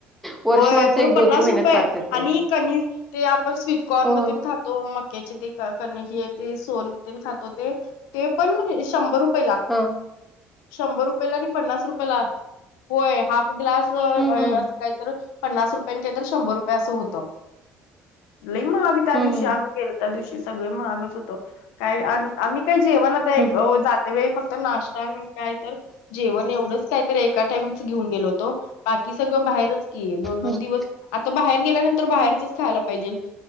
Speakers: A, in the centre; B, on the left (about 80°).
A: वर्षभरचं
B: होय खरं
A: एक
B: पन्नास
A: महिन्यात
B: रुपये
A: काढतात त्यांनी.
B: आणि कनी ते आपण स्वीटकॉर्न
A: हो.
B: मध्ये खातो मक्याचे ते हि ते सोल खातो ते ते पण शंभर रुपये ला
A: हा
B: शंभर रुपयला आणि पन्नास रुपयेला होय हाफ ग्लास असं
A: हं, हं.
B: काहीत पन्नास रुपया काहीत शंभर रुपये असं होत लई मग आ् त्या
A: हं,
B: दिवशी
A: हं.
B: आम्ही गेलो त्या दिवशी सगळ महागच होतो काय आम्ही काही जेवण एक
A: हं, हं.
B: जाते वळी फक्त नाश्ता आणि काय तर जेवण एवढंच कायत एका टाइमच घेऊन गेलो होतो बाकी सगळं बाहेरच क दोन दोन
A: हं.
B: दिवस आता बाहेर गेल्यानंतर बाहेरच खायला पाहिजे